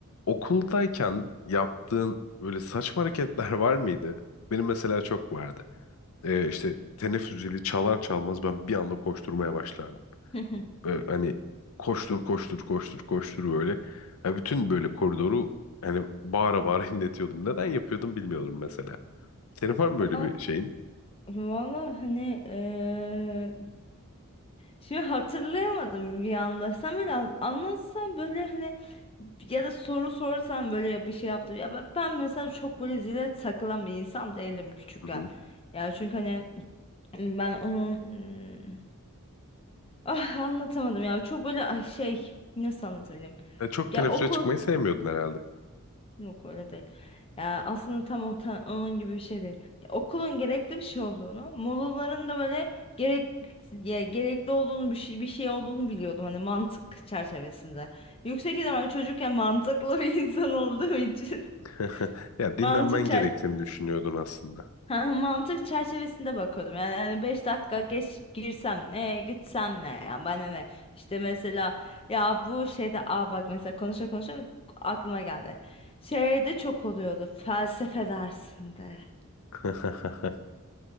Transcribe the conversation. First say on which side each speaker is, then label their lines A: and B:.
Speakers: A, on the left; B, on the left.
A: Okuldayken yaptığın böyle saçma hareketler <laughs> var mıydı? Benim mesela çok vardı. Ee, işte teneffüs zili çalar çalmaz ben bir anda koşturmaya başlardım.
B: Hı hı.
A: Ee, hani koştur koştur koştur koştur böyle. Yani bütün böyle koridoru hani bağıra bağıra <laughs> inletiyordum. Neden yapıyordum bilmiyorum mesela. Senin var mı böyle
B: Va-
A: bir şeyin?
B: Valla hani eee, şimdi hatırlayamadım bir anda. Sen böyle an- anlatsan böyle hani ya da soru sorsan böyle ya bir şey yaptım. Ya ben, ben mesela çok böyle zile takılan bir insan değilim küçükken.
A: Hı hı.
B: Ya çünkü hani ben onun hmm, ah anlatamadım ya çok böyle ay şey nasıl anlatabilirim?
A: E, çok
B: Ya
A: teneffüse
B: okul
A: çıkmayı sevmiyordun herhalde.
B: Yok öyle değil. Ya aslında tam o ta- onun gibi bir şey değil. Ya okulun gerekli bir şey olduğunu, molaların da böyle gerek ya gerekli olduğunu bir şey bir şey olduğunu biliyordum hani mantık çerçevesinde. Yüksek ihtimalle çocukken
A: Hı hı.
B: mantıklı bir <laughs> insan olduğum için
A: <laughs>
B: <laughs>
A: Ya dinlenmen
B: mantık
A: gerektiğini düşünüyordun aslında.
B: Ha, Mantık çerçevesinde bakıyordum. Yani hani 5 dakika geç girsem ne, gitsem ne? Yani bana ne? İşte mesela ya bu şeyde aa bak mesela konuşa konuşa aklıma geldi. Şeyde çok oluyordu felsefe dersinde.
A: <laughs>